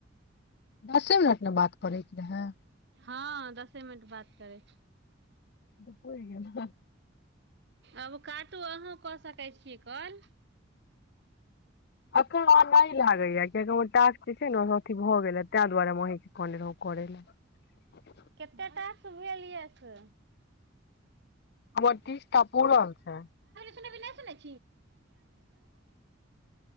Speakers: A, on the left; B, on the right.
A: दसे मिनट मे बात करै छै नहिाँ
B: हँ दसे मिनट बात करे
A: ओ त होइ गेल
B: आब काटू अहूँ कऽ सकै छीिय कल
A: अखर आ नहि ल गईए जे छै ने अथि भऽ गेले ताहि दुआरे मेह क रह कर ल
B: कतेक तास भेल यऽ से
A: हमर तीस टा पुर रहल छै
B: नह